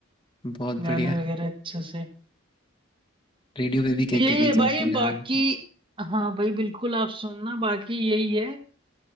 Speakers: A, on the left; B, on the right.
A: बहुत
B: गाने
A: बढ़िया।
B: वगैरह अच्छे से
A: रेडियो पे भी
B: तो
A: केके
B: यही
A: के के
B: है भाई
A: चलते हैं गाने।
B: बाकी हाँ भाई बिल्कुल आप सुनना बाकी यही है